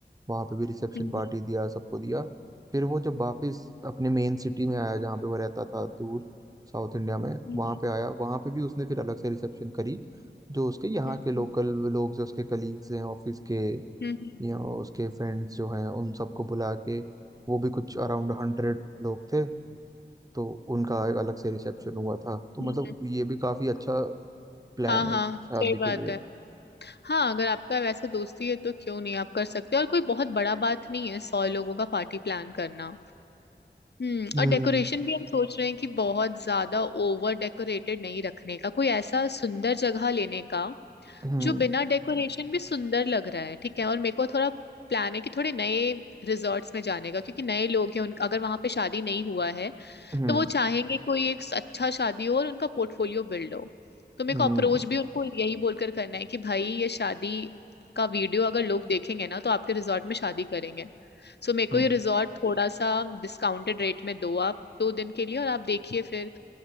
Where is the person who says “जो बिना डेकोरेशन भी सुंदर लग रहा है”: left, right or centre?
Left